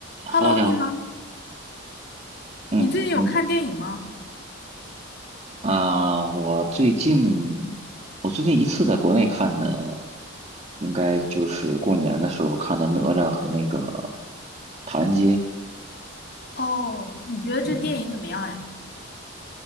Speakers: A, on the right; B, on the left.
A: Hello，
B: Hello，
A: 你好。
B: 你好，
A: 嗯嗯
B: 你最近有看电影吗？
A: 啊，我最近我最近一次在国内看的，应该就是过年的时候看的《哪吒》和那个《唐人街》。
B: 哦，你觉得这电影怎么样呀？
A: 嗯